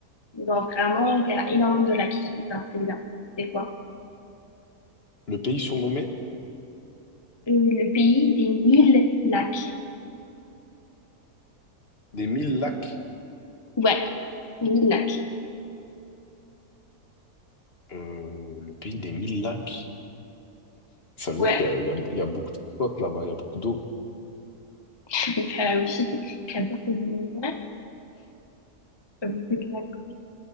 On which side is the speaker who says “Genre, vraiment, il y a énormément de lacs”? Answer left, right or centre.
Left